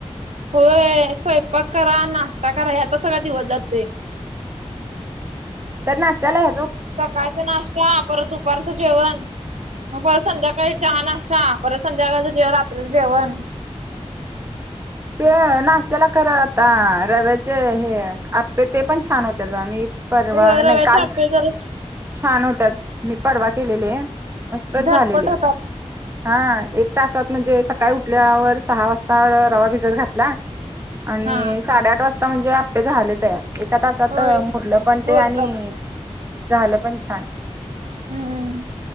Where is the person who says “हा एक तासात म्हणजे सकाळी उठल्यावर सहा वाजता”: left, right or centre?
Right